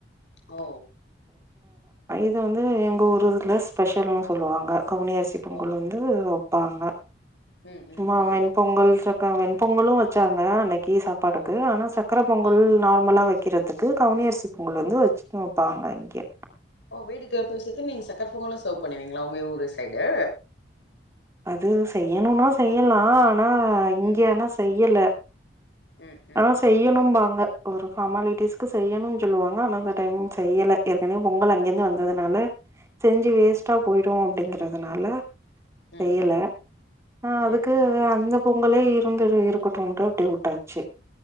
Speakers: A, on the left (about 80°); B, on the right (about 15°).
A: ஓ
B: இது வந்து எங்க ஊர்ல ஸ்பெஷல்னு சொல்லுவாங்க கவுனிய பொங்கல்
A: ஓ
B: வந்து பாங்க
A: ம் ம்
B: மாவென்பொங்கல்
A: ம்
B: ச வெண்பொங்கலும் வச்சாங்க அன்னைக்கு சாப்பாடுக்கு
A: ஓ
B: ஆனா சக்கர பொங்கல்
A: ஆ
B: நார்மலா வைக்க வைக்கிறதுக்கு கவனிய அரிசி பொங்கல் வந்து வச்சு வைப்பாங்க இங்க
A: ஓ வீட்டுக்குப்பவிசயத்து நீங்க சர்கக்கர பொங்கலும் செவ் பண்ணுவீங்களா உங்க ஊரு சைடு
B: அது செய்யணும்னா செய்யலாம் ஆனா இங்கே
A: ம்
B: ஆனா செய்யல
A: ம் ம்
B: ஆனா செய்யணும்பாங்க ஒரு ஃபார்மாலிட்டிஸ்க்கு செய்யணும்னு சொல்லுவாங்க ஆனா அந்த டைம் செய்யல ஏற்கனவே பொங்கல் அங்கேந்து வந்ததுனால செஞ்சு வேஸ்ட்டா போயிடும் அப்படிங்கறதுனால
A: ம்
B: செய்யல
A: ம்
B: ஆஹ்
A: சேரி
B: அதுக்கு
A: சேரி
B: அந்த பொங்கலே இரு இருந்து இருக்கட்டும்னு அப்படி விட்டாச்சு